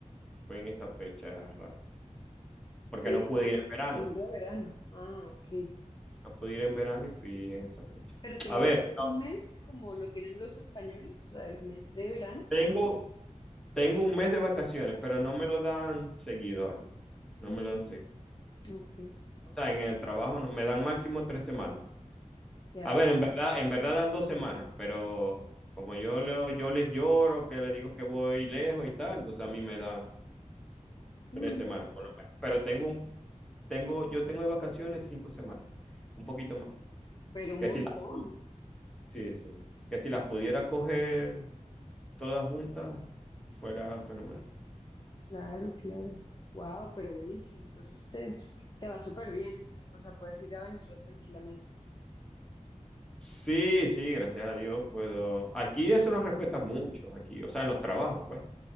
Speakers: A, in the centre; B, on the left (about 35°).
A: fue en esa fecha rara, porque
B: Sí,
A: no pude
B: sí, sí,
A: ir
B: porque
A: en verano.
B: es un de verano. Ah, sí.
A: No pude ir en verano y fui en esa fecha.
B: Pero tienes
A: A ver,
B: todo
A: no,
B: el mes como lo tienen los españoles, o sea, el mes de verano.
A: tengo, tengo un mes de vacaciones, pero no me lo dan seguido, Ale. No
B: Mm,
A: me lo dan seguido.
B: ok,
A: O sea, en el trabajo no- me dan máximo tres semanas.
B: ya.
A: A ver, en verdad, en verdad dan dos semanas, pero como yo, lo- yo les lloro, que les digo que voy lejos y tal, entonces a mí me dan
B: Mm,
A: tres semanas por lo menos. Pero tengo, un- tengo, yo tengo de vacaciones cinco semanas, un poquito más.
B: Pero un
A: Que
B: montón.
A: si las, pu- sí, sí. Que si las pudiera coger todas juntas, fuera fenomenal.
B: Claro, claro. Wow, pero buenísimo. Entonces te, te va súper bien. O sea, puedes ir a Venezuela tranquilamente.
A: Sí, sí, gracias a Dios puedo. Aquí eso lo respeta mucho, aquí, o sea, en los trabajos, pues.